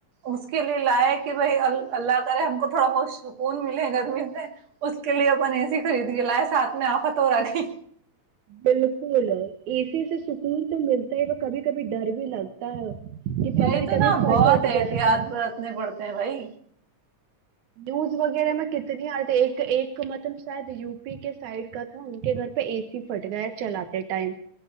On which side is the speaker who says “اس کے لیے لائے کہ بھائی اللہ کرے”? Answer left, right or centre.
Right